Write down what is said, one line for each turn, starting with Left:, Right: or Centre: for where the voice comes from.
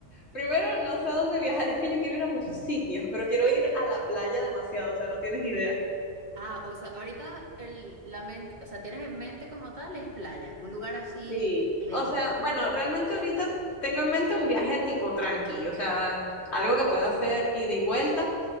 Left: primero no sé a dónde viajar, es que yo quiero ir a muchos sitios, pero quiero ir a la playa demasiado, o sea, no tienes idea.
Right: Ah, o sea, ahorita el, la mente, o sea, tienes en mente como tal es playa, un lugar así
Left: Sí.
Right: caribeño.
Left: O sea, bueno, realmente ahorita tengo en mente un viaje tipo tranqui, o sea, algo que pueda hacer ida y vuelta,